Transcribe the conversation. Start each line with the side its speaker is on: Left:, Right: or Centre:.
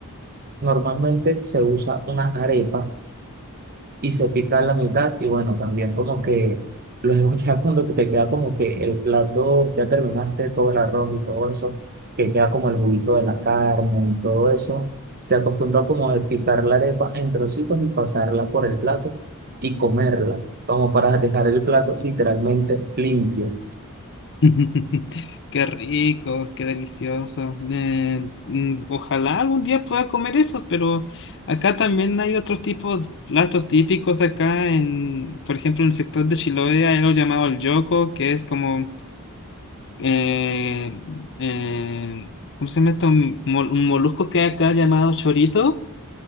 Right: Normalmente se usa una arepa y se pica la mitad y bueno, también como que luego <laughs> ya cuando te queda como que el plato, ya terminaste todo el arroz y todo eso, que queda como el juguito de la carne y todo eso, se acostumbra como de picar la arepa en trocitos y pasarla por el plato y comerla, como para dejar el plato literalmente limpio.
Left: <laughs> Qué rico, qué delicioso. Eh, mm, ojalá algún día pueda comer eso, pero acá también hay otros tipos, platos típicos acá en, por ejemplo, en el sector de Chiloé hay algo llamado el yoco, que es como eh, eh, ¿cómo se llama esto? Un mol- un molusco que hay acá llamado chorito,